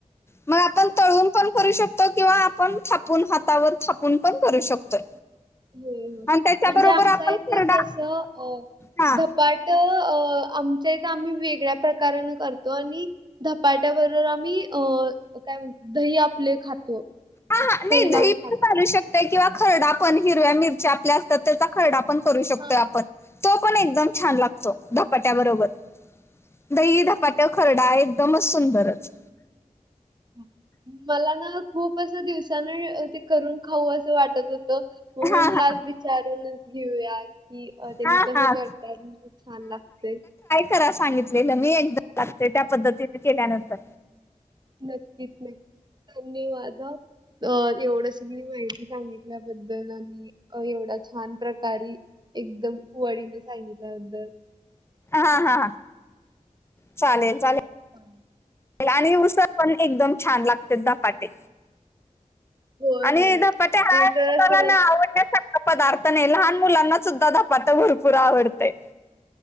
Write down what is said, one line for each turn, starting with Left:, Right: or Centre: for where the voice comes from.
Left: मग आपण
Right: हो
Left: तून पण करू शकतो तो किंवा आपण थापून हातावर थापून पण करू शकतोय
Right: हो हो म्हणजे
Left: आणि त्याच्याबरोबर
Right: आमच
Left: आपण
Right: इथ
Left: खरडा
Right: कसं
Left: हा
Right: अ बट अ आमचं तर आम्ही वेगळ्या प्रकारान करतो आणि धपाट्याबरोबर आम्ही अ काय म्हणत दही आपले खातो
Left: हा हा नाही
Right: लावून
Left: दही
Right: खातो.
Left: पण चालू शकता किंवा खरडा पण हिरव्या मिरच्या आपल्या असतात त्याचा खरडा पण करू शकतोय
Right: हा.
Left: आपण तो पण एकदम छान लागतो धपाट्याबरोबर दही धपाट खरडा एकदमच सुंदरच
Right: अच्छा. मला ना खूप असं दिवसान ते करून खाऊ असं वाटत होत त मग
Left: हा
Right: म्हंटला
Left: हा
Right: विचारूनच घेऊया की अ त्यांनी
Left: हा
Right: कसं
Left: हा
Right: करतात म छान लागते
Left: खरा सांगितलेलं मी एकदम लागते त्या पद्धतीने केल्यानंतर
Right: नक्कीच नाही धन्यवाद एवढ श मी माहिती सांगितल्याबद्दल आणि अ एवढा छान प्रकारे एकदम वळीने सांगितल्याबद्दल
Left: हा हा चालेल चालेल
Right: हां
Left: आणि उसर पण एकदम छान लागते झधपाटे
Right: होय
Left: आणि
Right: होय
Left: पट्या
Right: ते
Left: हुलाला
Right: तर असं
Left: ना आवड पदार्थ नाही लहान मुलांना सुद्धा धपाात भरपूर आवडते